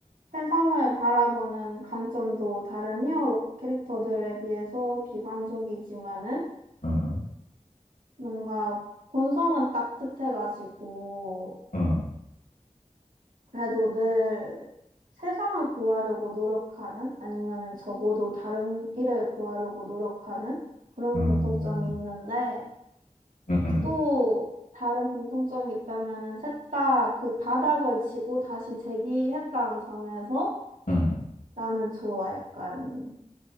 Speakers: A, on the right (about 85°); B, on the left (about 85°).
A: 세상을 바라보는 관점도 다른 히어로 캐릭터들에 비해서 비관적이지만은
B: 응,
A: 뭔가 본성은 따뜻해가지고
B: 응,
A: 그래도 늘 세상을 구하려고 노력하는 아니면은 적어도 다른 일을 구하려고 노력하는 그런
B: 응,
A: 공통점이 있는데
B: 응, 응,
A: 또 다른 공통점이 있다면은 셋 다 그 바닥을 치고 다시 재기했다는 점에서
B: 응.
A: 나는 좋아. 약간